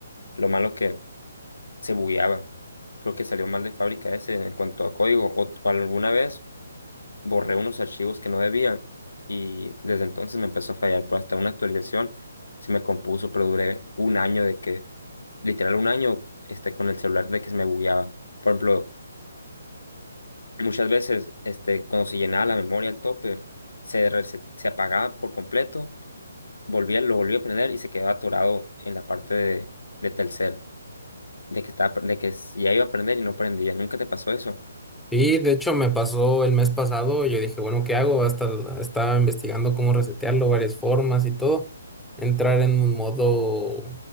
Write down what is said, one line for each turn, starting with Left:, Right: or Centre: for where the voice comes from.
Left: Lo malo que se bugueaba. Creo que salió mal de fábrica ese en cuanto a código. O, o alguna vez borré unos archivos que no debía y desde entonces me empezó a fallar, pero hasta una actualización se me compuso, pero duré un año de que, literal un año, este, con el celular de que se me bugueaba. Por ejemplo, muchas veces, este, cuando se llenaba la memoria al tope, se, rese- se apagaba por completo, volvía, lo volvía a prender y se quedaba atorado en la parte de, de Telcel, de que estaba, de que ya iba a prender y no prendía. ¿Nunca te pasó eso?
Centre: Y de hecho me pasó el mes pasado, yo dije, bueno, ¿qué hago? Hasta estaba investigando cómo resetearlo, varias formas y todo. Entrar en un modo,